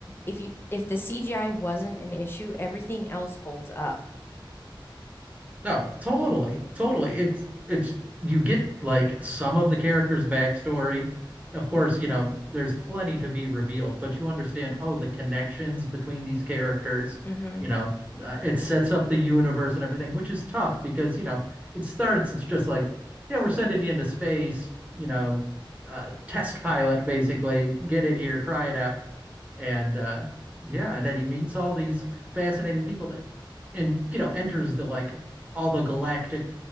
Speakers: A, on the left; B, on the right.
A: if you if the CGI wasn't an issue, everything else holds up.
B: No, totally, totally. It's it's you get like some of the character's backstory. Of course, you know, there's plenty to be revealed, but you understand, oh, the connections between these characters,
A: hmm
B: you know, uh, it sets up the universe and everything, which is tough because, you know, it starts, it's just like, yeah, we're sending you into space, you know, uh, test pilot basically, get in here, try it out and uh yeah and then he meets all these fascinating people that and you know enters the like all the galactic